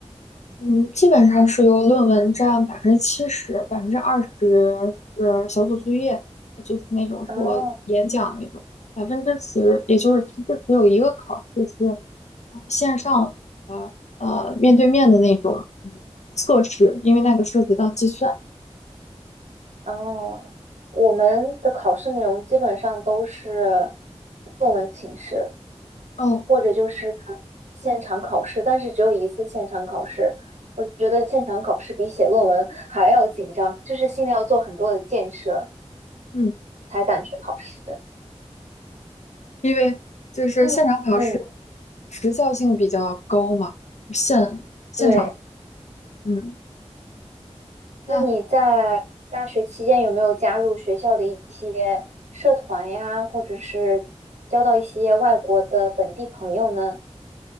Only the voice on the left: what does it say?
嗯，基本上是由论文占百分之七十，百分之二十是小组作业，就是那种做演讲那种，
百分之十，也就是其实只有一个考试是呃线上呃呃面对面的那种嗯测试，因为那个涉及到计算。
哦，
嗯，
因为就是现场考试
时效性比较高嘛，现现场。
嗯，
那